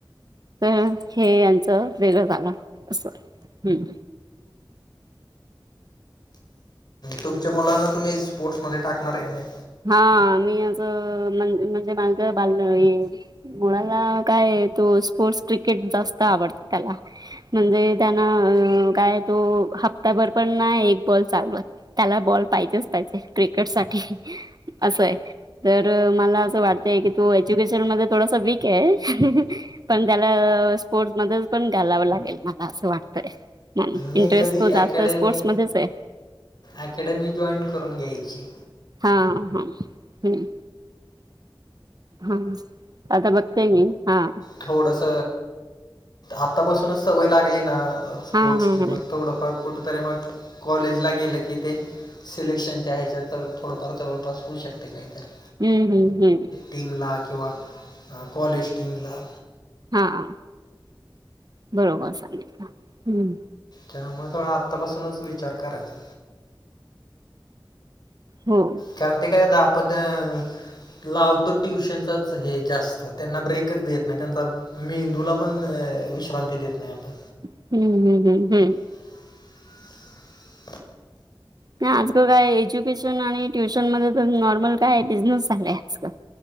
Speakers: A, on the right; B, on the left.
A: तर हे यांचं वेगळं झालं अस. हं.
B: तुमच्या मुलांना तुम्ही स्पोर्ट्समध्ये टाकणार आहे का नाही?
A: हा, मी असं म्हण- म्हणजे माझ बाल हे. मुलाला काय तो स्पोर्ट्स क्रिकेट जास्त आवडत त्याला. म्हणजे त्यांना अ काय तो हप्ताभर पण नाय एक बॉल चालवत. त्याला बॉल पाहिजेच, पाहिजे क्रिकेट साठी असंय. तर मला असं वाटतंय की तो एज्युकेशन मध्ये थोडासा वीक आहे. पण त्याला स्पोर्टस मधुन पण घालावं लागेल मला असं वाटतय. हम्म,
B: मी
A: इंटरेस्ट
B: कधी
A: तो जास्त
B: अकॅडमी
A: स्पोर्टस मध्येच आहे.
B: अकॅडमी जॉईन करून घ्यायची.
A: हा हा हम्म. हा आता बघेतेय मी हा.
B: थोडस आतापासूनच सवय लागली ना. स्पोर्टसची
A: हा हा हा
B: मग थोडंफार कुठेतरी मग कॉलेजला गेलं की ते सिलेक्शनच्या ह्याच्या तर थोडंफार जवळपास होऊ शकते काही तरी.
A: हम्म, हम्म, हम्म..
B: टीमला किंवा कॉलेज टीमला
A: हां बरोबर सांगितलं, हम्म.
B: त्यामुळे थोडा आत्तापासूनच विचार करायचा.
A: हो.
B: कारण ते काय होतं आपण त्या लावतो ट्युशनचाच हे जास्त त्यांना ब्रेकच देत नाही त्यांचा मेंदूला पण विश्रांती देत नाही आपण.
A: हम्म, हम्म, हम्म, हम्म.
B: हा <inaudible>
A: नाही आजकाल काय एज्युकेशन आणि ट्युशन मध्ये तर नॉर्मल काय बिझनेस झालाय आजकाल-